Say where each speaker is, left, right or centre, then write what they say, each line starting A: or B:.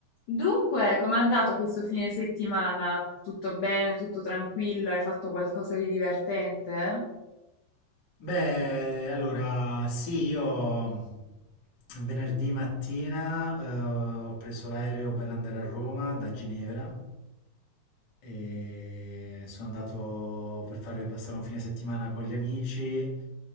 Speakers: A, on the left (about 75°); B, on the left (about 60°).
A: Dunque, com'è andato questo fine settimana? Tutto bene? Tutto tranquillo? Hai fatto qualcosa di divertente?
B: Beh, allora sì, io venerdì mattina eh, ho preso l'aereo per andare a Roma da Ginevra e sono andato per fare passare un fine settimana con gli amici